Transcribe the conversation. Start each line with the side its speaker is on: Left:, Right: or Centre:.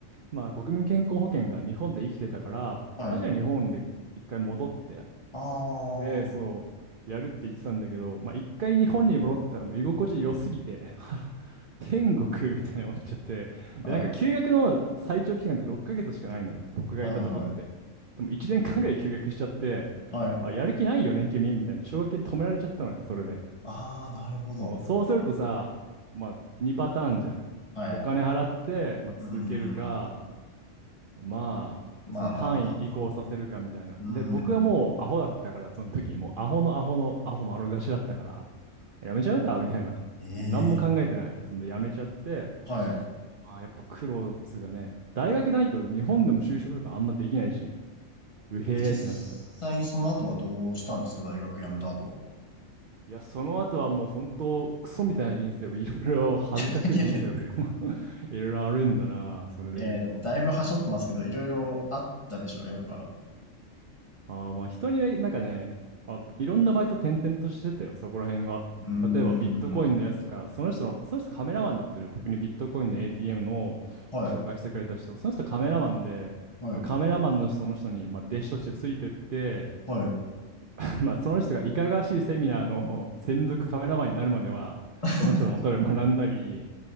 Right: まあ、国民健康保険が日本で生きてたからあじゃあ日本で一回戻って
Left: はい。あ
Right: で、そう、
Left: あ。
Right: やるって言ってたんだけど、まあ、一回日本に戻ったらもう居心地良すぎて、<laughs> 天国みたいに思っちゃって、
Left: はい。
Right: で、なんか休学の最長期間って6ヶ月しかないのよ、僕がいたとこって。
Left: はいはいはい。
Right: でも1年間ぐらい休学しちゃって、
Left: はい。
Right: あ、やる気ないよね、君みたいな、奨学金止められちゃったので、それで。
Left: ああ、なるほど。
Right: もうそうするとさ、まあ、2パターンじゃん。
Left: はい。
Right: お金払って、
Left: う
Right: まあ、
Left: ーん。
Right: 続けるか、まあ、
Left: まあまあまあ。
Right: その単位移行させるかみたいな。
Left: うーん。
Right: で、僕はもうアホだったから、その時、もうアホのアホのアホ丸出しだったから、やめちゃうかみたいな。
Left: ええ。
Right: もう何も考えてない。そんでやめちゃって、
Left: はい。
Right: まあやっぱ苦労っつうかね、大学ないと日本でも就職とかあんまできないし、うへーってなってた。
Left: 実際にその後はどうしたんですか大学辞めた後は。
Right: いや、その後はもう本当、クソみたいな人生を、いろいろ恥ずかしい人生を
Left: <laughs> いやいや。
Right: <laughs> いろいろあるんだな、それで言うと。
Left: えー、だいぶはしょってますけど、いろいろあったでしょ、やっぱ。
Right: ああ、まあ人にね、なんかね、あ、いろんなバイト転々としてたよ、そこら辺が。
Left: うーん。
Right: 例えばビットコインのやつとか、その人の、その人カメラマンだったる僕にビットコインの ATM の紹介してくれた人、
Left: はい。
Right: その人カメラマンで、
Left: はい。
Right: そのカメラマンのその人に、まあ、弟子としてついてって、
Left: はい。
Right: <laughs> まあ、その人がいかがわしいセミナーの専属カメラマンになるまでは、
Left: <laughs>
Right: その人のもとで学んだり、